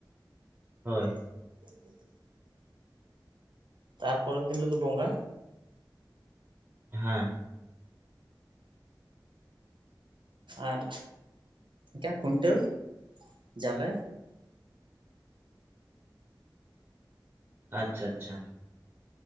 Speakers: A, on the right; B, on the right.
A: ᱦᱳᱭ
B: <unintelligible> ᱛᱟᱨᱯᱚᱨᱮᱨ ᱫᱤᱱ ᱦᱤᱞᱚᱜ ᱫᱚ ᱵᱚᱸᱜᱟ
A: ᱦᱮᱸ
B: ᱟᱨ ᱡᱟ ᱠᱷᱩᱱᱴᱟᱹᱣ ᱡᱟᱞᱮ
A: ᱟᱪᱪᱷᱟ ᱟᱪᱪᱷᱟ